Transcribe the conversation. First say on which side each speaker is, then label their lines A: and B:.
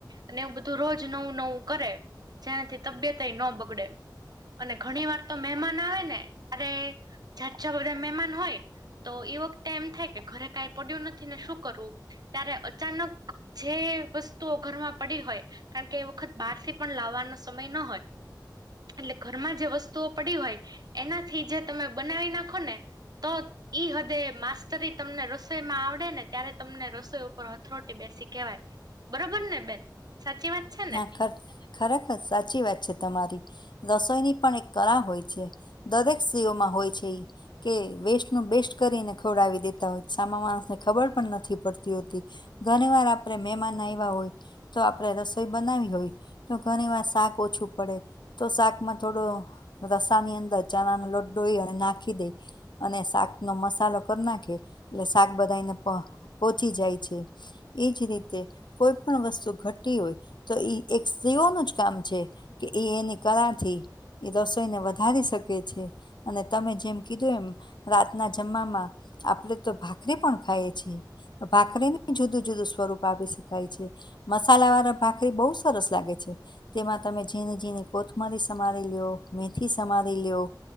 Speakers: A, on the right (about 60°); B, on the left (about 75°).
A: અને એવું બધું રોજ નવું નવું કરે જેનાથી તબિયતય ન બગડે. અને ઘણી વાર તો મહેમાન આવે ને ત્યારે. જવરે મહેમાન હોય તો એ વખતે એમ થાય કે ઘરે કાંઈ પડ્યું નથી ને શું કરવું. ત્યારે અચાનક જે વસ્તુઓ ઘરમાં પડી હોય કારણ કે એ વખત બહાર થી પણ લાવવાનો સમય ન હોય. એટલે ઘરમાં જે વસ્તુઓ પડી હોય એનાથી જે તમે બનાવી નાખો ને. તોત. ઈ હદે માસ્ટતરી તમને રસોઈમાં આવડે ને ત્યારે તમને રસોઈ ઉપર હથરોટી બેસી કેહેવાય. બરોબર ને બેન સાચી વાત. છે ને
B: હા ખર ખરેખર સાચી વાત છે તમારી. રસોઈની પણ એક કલા હોય છે દરેક સ્ત્રીઓમાં હોય છે એ કે વેસ્ટનું બેસ્ટ કરીને ખવડાવી દેતા હોય સામા માણસને ખબર પણ નથી પડતી હોતી. ઘણી વાર આપણે મહેમાન આવ્યા હોય તો આપડે રસ રસોઈ બનાવી હોય તો ઘણી વાર શાક ઓછું પડે. તો શાકમાં થોડો રસાની અંદર ચણા ન લોટ ડોઈ અને નાખી દે. અને શાક નો મસાલો કરી નાખે એટલે શાક બધાને પોચી જાય છે. એજ રીતે કોઈ પણ વસ્તુ ઘટી હોય. તો એક સ્ત્રીઓનું જ કામ છે કે એ એની કળાથી. એ રસોઈને વધારી શકે છે. અને તમે જેમ કીધું એમ રાતના જમવામાં. આપડ તો ભાખરી પણ ખાઈએ છીએ. તો ભાખરીને જુદું-જુદું સ્વરૂપ આપી શકાય છે મસાલા વાળા ભાખરી બહુ સરસ લાગે છે. તેમાં તમે ઝીની ઝીની કોથમરી સમારી લિયો મેથી સમારી લિયો.